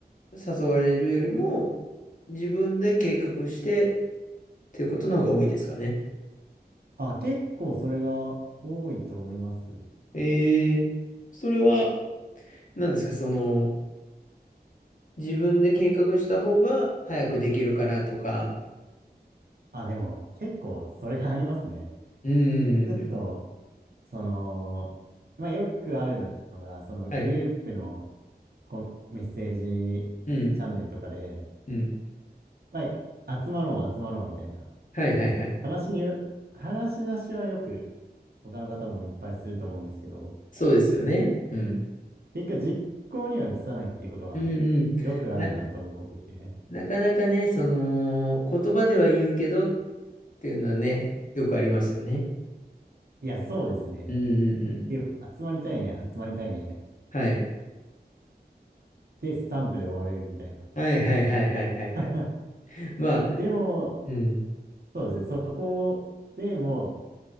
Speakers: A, on the left; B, on the right.
A: 誘われるよりも、自分で計画してっていうことの方が多いですかね。
B: あ、結構それが多いと思います。
A: えー、それは何ですかその、自分で計画した方が早くできるからとか。
B: あ、でも結構それがありますね。
A: うー
B: ちょっと、
A: ん。
B: その、まあ、よくあるのが、そのグループの
A: はい。
B: コンメッセージチャンネルとかで、
A: うん。うん。
B: まあ、集まろう、集まろうみたいな
A: はいはいはい。
B: 話に、話し出しはよく他の方もいっぱいすると思うんですけど、
A: そうですよね。うん。
B: 結果実行には移さないっていうことは
A: うんうん。
B: よくあるなと思っていて、
A: な、なかなかね、その、言葉では言うけどっていうのはね、よくありますよね。
B: いや、そうですね。
A: うんうんうん。
B: いや集まりたいね、集まりたいね。
A: はい。
B: で、スタンプで終わるみたいな。
A: はいはいはいはいはい
B: <laughs>
A: はい。まあ、
B: でも、
A: うん。
B: そうですね、そこでも、